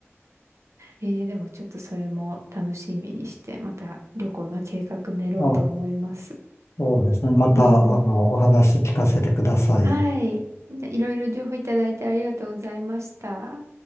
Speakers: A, on the right (about 75°); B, on the left (about 70°).
A: えー、でもちょっとそれも楽しみにして、また旅行の計画練ろうと思います。
B: あ、そうですね。また、
A: うんうん
B: あの、お話聞かせてください。
A: はい。じゃあいろいろ情報いただいてありがとうございました。